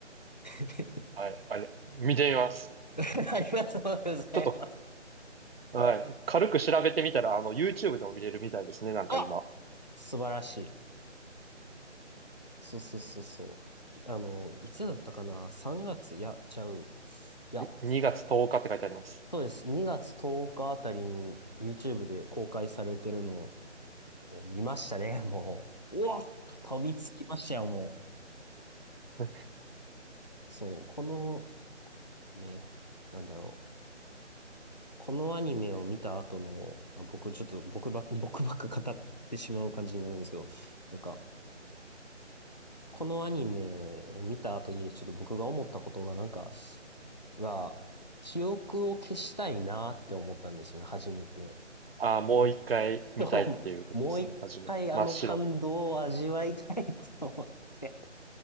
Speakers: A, on the left; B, on the right.
A: <laughs>
B: はい、あれ、見てみます。
A: ありがとうございます。
B: ちょっと、はい、軽く調べてみたら、あの、YouTube でも見れるみたいですね、なんか今。
A: あ素晴らしい。そうそうそうそう。あの、いつだったかな ?3 月、いや、ちゃう。いや、
B: に2月10日って書いてあります。
A: そうです。2月10日あたりに YouTube で公開されてるのをもう見ましたね、もう。うわ飛びつきましたよ、もう。
B: <laughs>
A: そう、この、ね、なんだろう。このアニメを見た後の、あ、僕ちょっと僕ばっ、<laughs> 僕ばっか語ってしまう感じになるんですけど、なんか、このアニメを見た後にちょっと僕が思ったことがなんか、が、記憶を消したいなって思ったんですよね、初めて。
B: ああ、もう一回見たいっていうことですね、
A: <laughs> もう一回あの感動を味わいたいって思って、
B: はじめ。真っ白。